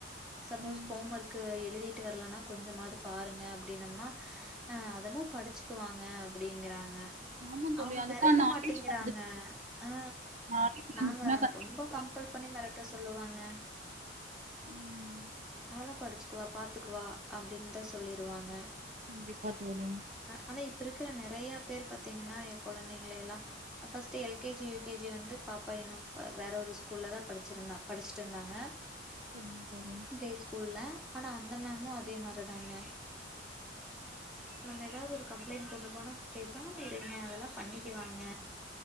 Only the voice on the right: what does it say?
ம்
ஆமா தோழி
அதுக்கான
நாலேஜ்
வந்துச்சு
நாலேஜ்
வந்துச்சுன்னா கண்டிப்பா
ம்
கண்டிப்பா தோழி
சரிங்க தோழி